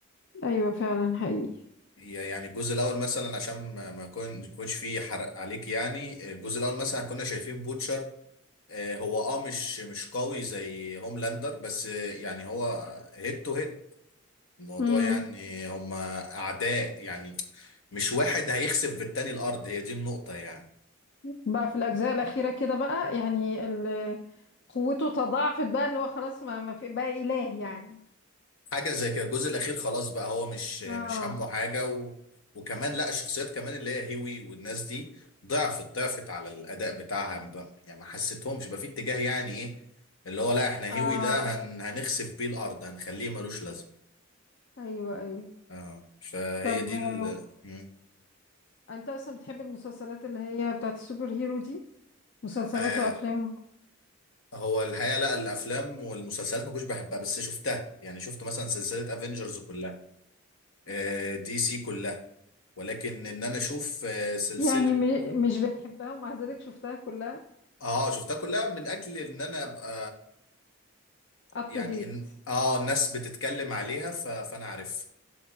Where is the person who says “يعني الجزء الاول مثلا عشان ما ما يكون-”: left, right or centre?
Left